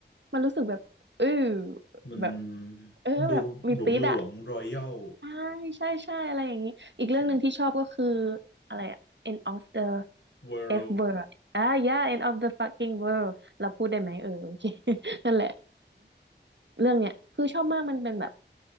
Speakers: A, on the right; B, on the left.
A: มันรู้สึกแบบเออ
B: มัน
A: แบบเออแบบมีติดอะ
B: ดูหลวงหลวงรอยัล
A: ใช่ใช่ใช่อะไรอย่างนี้อีกเรื่องหนึ่งที่ชอบก็คือ
B: ใช่ไหม
A: อะไรอะ end of the
B: เวิลด์
A: F word อ่า yeah end of the fucking world เราพูดได้ไหมเออโอเค <laughs> นั่นแหละเรื่องเนี้ยคือชอบมากมันเป็นแบบ